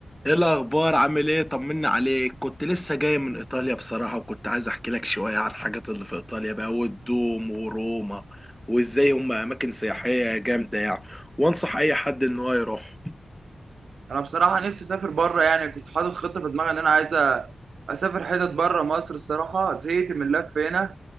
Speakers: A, in the centre; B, on the right.
A: ايه الاخبار عامل ايه طمنا عليك كنت لسه جاي من ايطاليا بصراحه وكنت عايز احكي لك شويه عن الحاجات اللي في ايطاليا بقى والدوم وروما وازاي هم اماكن سياحيه جامده يعني وانصح اي حد ان هو يروح
B: انا بصراحه نفسي اسافر بره يعني كنت حاطط خطه في دماغي ان انا عايز اسافر حتت بره مصر الصراحه زهقت من اللف هنا